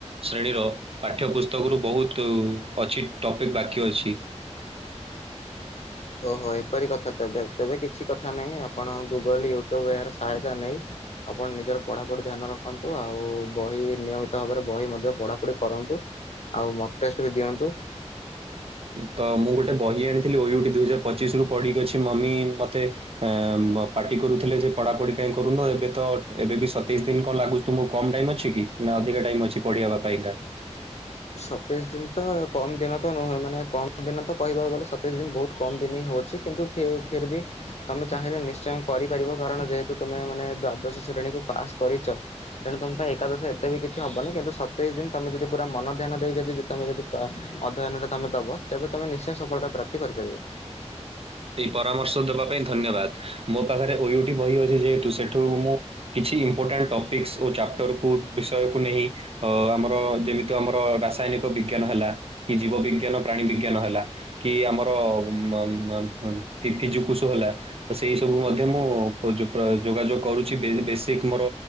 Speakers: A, on the right; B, on the left.
A: ଶ୍ରେଣୀର ପାଠ୍ୟ ପୁସ୍ତକରୁ ବହୁତୁ ଅଛି ଟପିକ୍ ବାକି ଅଛି।
B: ଓହୋ ଏପରି କଥା ତେବେ ତେବେ କିଛି କଥା ନାହିଁ ଆପଣ ଗୁଗଲ ୟୁଟ୍ୟୁବ୍ ଏହାର ସହାୟତା ନେଇ ଆପଣ ନିଜର ପଢ଼ାପଢି ଧ୍ୟାନ ରଖନ୍ତୁ ଆଉ ବହି ନିୟମିତ ଭାବରେ ବହି ମଧ୍ୟ ପଢ଼ାପଢ଼ି କରନ୍ତୁ। ଆଉ ମଟେଷ୍ଟ୍ ବି ଦିଅନ୍ତୁ।
A: ତ ମୁଁ ଗୋଟେ ବହି ଆଣିଥିଲି <unintelligible> ଦୁଇ ହଜାର ପଚିଶ ରୁ ପଡିକି ଅଛି ମମି ମତେ ଆ ପାଟି କରୁଥିଲେ ଯେ ପଢାପଢି କାହିଁ କରୁନ ଏବେ ତ ଏବେ ବି ସତେଇଶ ଦିନ କଣ ଲାଗୁ ତୁମକୁ କମ୍ ଟାଇମ୍ ଅଛି କି ନାଁ ଅଧିକା ଟାଇମ୍ ଅଛି ପଢେଇବା ପାଇଁ କା।
B: ସତେଇଶ୍ ଦିନି ତ କମ୍ ଦିନ ତ ନୁହେଁ ମାନେ କମ୍ ଦିନ ତ କହିବାକୁ ଗଲେ ସତେଇଶ୍ ଦିନ ବହୁତ୍ କମ୍ ଦିନ୍ ହିଁ ହଉଚି। କିନ୍ତୁ ଫେ ଫେର୍ ବି। ତମେ ଚାହିଁଲେ ନିଶ୍ଚୟ କରିପାରିବ କାରଣ ଯେହେତୁ ତମେ ମାନେ ଦ୍ଵାଦଶ ଶ୍ରେଣୀକୁୁ ପାସ୍ କରିଚ। ତେଣୁ ତମ ପାଇଁ ଏକାଦଶ ଏତେ ବି କିଛି ହବନି କିନ୍ତୁ ସତେଇଶ ଦିନ ତମେ ଯଦି ପୁରା ମନ ଧ୍ୟାନ ଦେଇକି ଯଦି ଯୁକ୍ତ ତମେ ଯଦି ଅଧ୍ୟୟନ ତମେ ଦବ ତେବେ ତମେ ନିଶ୍ଚୟ ସଫଳତା ପ୍ରାପ୍ତି କରିପାରିବ।
A: ଏଇ ପରାମର୍ଶ ଦେବା ପାଇଁ ଧନ୍ୟବାଦ। ମୋ ପାଖରେ ଓଇଓଡି ବହି ଅଛି ଯେହେତୁ ସେଠୁ ମୁଁ କିଛି ଇମ୍ପୋର୍ଟାଣ୍ଟ ଟପିକ୍ସ୍ ଓ ଚାପ୍ଟରକୁ ବିଷୟକୁ ନେଇ ଅ ଆମର ଯେମିତି ଆମର ରାସାୟନିକ ବିଜ୍ଞାନ ହେଲା କି ଜୀବ ବିଜ୍ଞାନ ପ୍ରାଣୀ ବିଜ୍ଞାନ ହେଲା। କି ଆମର ମ ମ ମ ପିଜୁକୁସୁ ହେଲା। ତ ସେଇ ସବୁ ମଧ୍ୟ ମୁଁ ଉପଯୁ ଯୋଗାଯୋଗ କରୁଚି ବେସିକ ମୋର